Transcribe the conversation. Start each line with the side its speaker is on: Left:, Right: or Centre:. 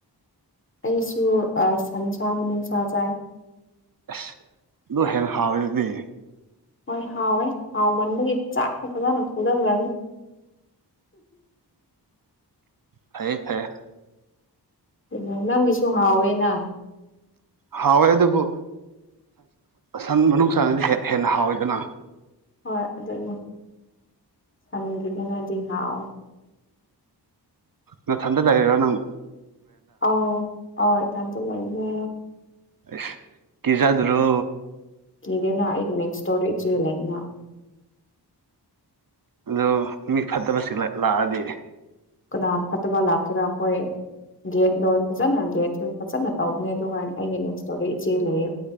Left: ꯑꯩꯁꯨ ꯁꯟꯁꯥ ꯃꯁꯥ ꯆꯥꯏ
Right: ꯑꯁ ꯑꯗꯨꯣ ꯍꯦꯟꯅ ꯍꯥꯎꯋꯦ ꯑꯗꯨꯗꯤ
Left: ꯍꯣꯏ ꯍꯥꯎꯋꯦ ꯍꯥꯎꯃꯟꯕꯒꯤ ꯆꯥꯛꯁ ꯐꯖꯅ ꯁꯨꯊꯈ꯭ꯔꯅꯤ
Right: ꯍꯁ
Left: ꯑꯗꯨ ꯅꯪꯒꯤꯁꯨ ꯍꯥꯎꯋꯦꯅ
Right: ꯍꯋꯣꯏ ꯑꯗꯨꯕꯨ ꯁꯟ ꯃꯅꯨꯡ ꯁꯟꯗꯤ ꯍꯦꯟꯅ ꯍꯥꯎꯋꯤꯗꯅ
Left: ꯍꯣꯏ ꯑꯗꯨꯅ ꯁꯟꯈꯤꯗꯅꯗꯤ ꯍꯥꯎꯋꯤ
Right: ꯅ ꯊꯟꯗ ꯍꯥꯏꯔꯣ ꯅꯪ
Left: ꯑꯣ ꯍ ꯏ ꯊꯝꯁꯨꯂꯥꯏꯃꯦ
Right: ꯁ ꯀꯖ ꯑꯗꯨ꯭ꯔꯣ
Left: ꯀꯗꯦꯅ ꯑꯩꯒꯤ ꯅꯦꯛꯁ ꯇꯧꯗꯦꯛꯁꯨ ꯂꯩꯅ
Right: ꯑꯣ ꯃꯤ ꯐꯠꯇꯕꯕꯁꯤ ꯂꯥꯛꯑꯗꯤ
Left: ꯀꯅꯥ ꯐꯠꯇꯕ ꯂꯥꯛ ꯀꯅꯥ ꯀꯣꯏ ꯒꯦꯠ ꯂꯣꯏ ꯐꯖꯅ ꯒꯦꯠ ꯐꯖꯅ ꯇꯧꯕꯅꯦ ꯑꯗꯨꯒ ꯑꯩꯒꯤ ꯅꯦꯛꯁꯇꯨꯒꯤ ꯏꯆꯦ ꯂꯩꯌꯦ